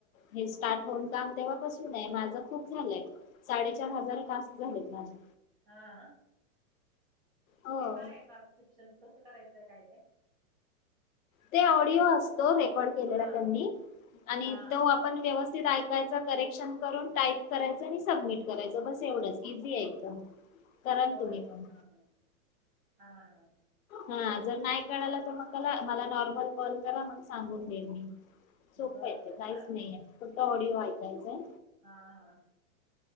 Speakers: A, on the left; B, on the right.
A: हे स्टार्ट होऊन जाम तेव्हापासून आहे माझ खूप झाय साडेचार हजार टस्क झालेत माझे
B: हा
A: हो
B: ते काय आहे ट्रान्स्क्रिप्शन कसं करायचंय काय ते
A: ते ऑडिओ असतो रेकॉर्ड केलेला
B: हां
A: त्यांनी आणि
B: हां
A: तो आपण व्यवस्थित ऐकायच करेक्शन करून टाईप करायचं आणि सबमिट करायचं बस एवढंच इझी आहे एकदम कराल
B: होय
A: तुम्ही पण
B: हा हा हा हा
A: हा जर नाही कळाला तर मग मला नॉर्मल कॉल करा मग सांगून दे म सोप
B: बर
A: येत
B: बर चाल
A: काहीच नाहीये फक्त ऑडिओ ऐकायचं
B: हा हा